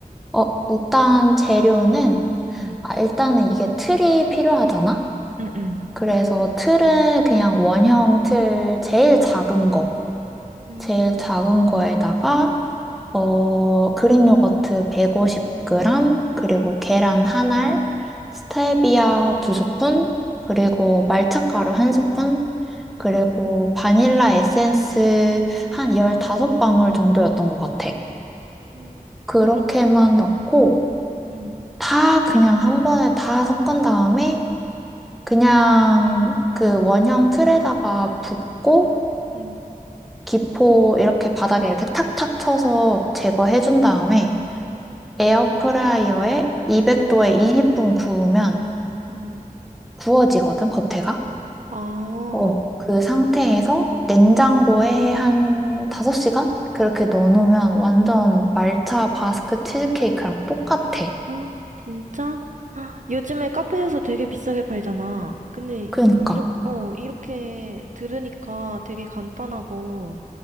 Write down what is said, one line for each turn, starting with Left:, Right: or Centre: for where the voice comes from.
Centre: 어, 일단 재료는
Right: 응,
Centre: 아, 일단은 이게 틀이 필요하잖아.
Right: 응, 응.
Centre: 그래서 틀은 그냥 원형 틀 제일 작은 거,
Right: 음,
Centre: 제일 작은 거에다가 어, 그릭 요거트 150g, 그리고 계란 한 알, 스테비아
Right: 음,
Centre: 두 스푼, 그리고 말차가루 한 스푼, 그리고 바닐라 에센스 한 15방울 정도였던 것 같아.
Right: 음,
Centre: 그렇게만
Right: 그렇,
Centre: 넣고,
Right: 음,
Centre: 다 그냥 한 번에 다 섞은 다음에, 그냥 그 원형 틀에다가 붓고,
Right: 음,
Centre: 기포 이렇게 바닥에 이렇게 탁탁 쳐서 제거해준 다음에, 에어프라이어에 200도에 20분 구우면
Right: 어.
Centre: 구워지거든, 겉에가.
Right: 아,
Centre: 어, 그 상태에서 냉장고에 한 5시간? 그렇게 넣어놓으면 완전 말차 바스크 치즈케이크랑 똑같아.
Right: 아, 진짜? 아, 요즘에 카페에서 되게 비싸게 팔잖아. 근데,
Centre: 그러니까.
Right: 이렇게, 어, 이렇게 들으니까 되게 간단하고